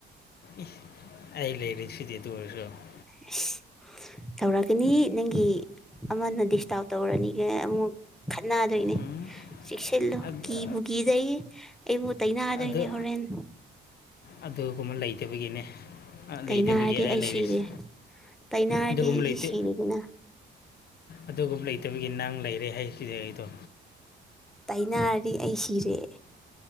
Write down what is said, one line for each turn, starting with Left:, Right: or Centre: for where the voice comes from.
Left: ꯏ ꯑꯩ ꯂꯩꯔꯤꯁꯤꯗꯤ ꯑꯗꯨ ꯑꯣꯏꯔꯁꯨ
Centre: ꯑꯁ ꯇꯧꯔꯛꯀꯅꯤ ꯅꯪꯒꯤ ꯑꯃꯅ ꯗꯤꯁꯇꯥꯞ ꯇꯧꯔꯅꯤꯒ ꯑꯃꯨꯛ ꯈꯠꯅꯗꯣꯏꯅꯦ
Left: ꯎꯝ
Centre: ꯆꯦꯛꯁꯤꯜꯂꯣ
Left: ꯑꯗ
Centre: ꯀꯤꯕꯨ ꯀꯤꯖꯩꯌꯦ ꯑꯩꯕꯨ ꯇꯩꯅꯗꯣꯏꯅꯦ
Left: ꯑꯗꯨ
Centre: ꯍꯣꯔꯦꯟ
Left: ꯑꯗꯨꯒꯨꯝꯕ ꯂꯩꯇꯕꯒꯤꯅꯦ ꯑꯥ
Centre: ꯇꯩꯅꯔꯗꯤ
Left: ꯂꯩꯇꯕꯒꯤ ꯑꯩ ꯂꯩꯔꯤꯁꯦ
Centre: ꯁꯤꯔꯦ ꯇꯩꯅꯔꯗꯤ
Left: ꯑꯗꯨꯒꯨꯝꯕ
Centre: ꯑꯩꯗꯤ
Left: ꯂꯩꯇꯦ
Centre: ꯁꯤꯔꯦꯗꯅ
Left: ꯑꯗꯨꯒꯨꯝꯕ ꯂꯩꯇꯕꯒꯤ ꯅꯪ ꯂꯩꯔꯦ ꯍꯥꯏꯁꯤꯗꯤ ꯑꯩꯗꯣ
Centre: ꯇꯥꯏꯅꯔꯗꯤ ꯑꯩ ꯁꯤꯔꯦ